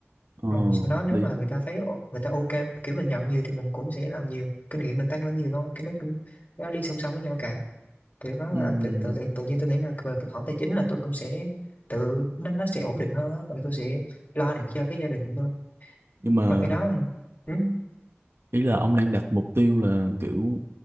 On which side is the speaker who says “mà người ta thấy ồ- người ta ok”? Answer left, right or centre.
Left